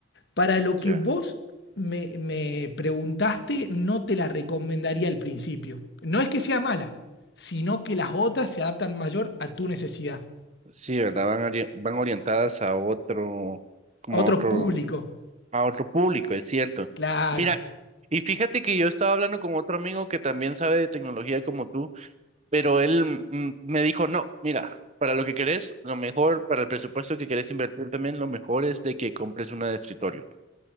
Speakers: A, on the left; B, on the right.
A: Para lo que
B: Ya.
A: vos me, me preguntaste, no te la recomendaría al principio. No es que sea mala, sino que las otras se adaptan mayor a tu necesidad,
B: Sí, ¿verdad? Van, ori- van orientadas a otro, como
A: a otro
B: a otro,
A: público.
B: a otro público, es cierto.
A: Claro.
B: Mira, y fíjate que yo estaba hablando con otro amigo que también sabe de tecnología como tú, pero él mm, mm, me dijo, no, mira, para lo que querés, lo mejor, para el presupuesto que querés invertir también, lo mejor es de que compres una de escritorio,